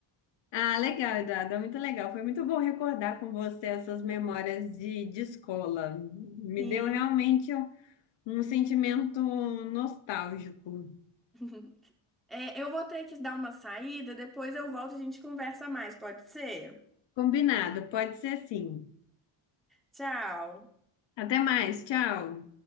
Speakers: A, on the left; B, in the centre.
A: Ah, legal, Eduardo, muito legal. Foi muito bom recordar com você essas memórias de, de escola. Me
B: Sim.
A: deu realmente um um sentimento nostálgico.
B: <laughs> É, eu vou ter que dar uma saída, depois eu volto e a gente conversa mais, pode ser?
A: Combinado, pode ser sim.
B: Tchau.
A: Até mais, tchau.